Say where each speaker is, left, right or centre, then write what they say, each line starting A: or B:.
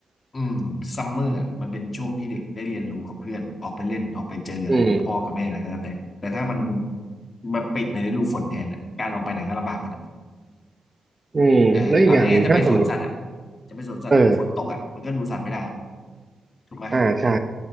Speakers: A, on the left; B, on the right.
A: อืมซัมเมอร์มันเป็นช่วงที่เด็กได้เรียนรู้กับเพื่อนออกไปเล่นออกไปเจออะไรกับพ่อกับแม่อะไรก็แล้วแต่แต่ถ้ามัน
B: อืม
A: มาปิดในฤดูฝนแทนอ่ะการออกไปไหนก็ลำบากหมดอ่ะ
B: อืมแล้วอีกอย่างหนึ่งถ้าสมมติ
A: เออเอาง่ายๆจะไปสวนสัตว์อ่ะจะไปสวนสัตว์อ่ะฝนตกอ่ะมันก็ดูสัตว์ไม่ได้อะ
B: เออ
A: ถูกไหม
B: อ่าใช่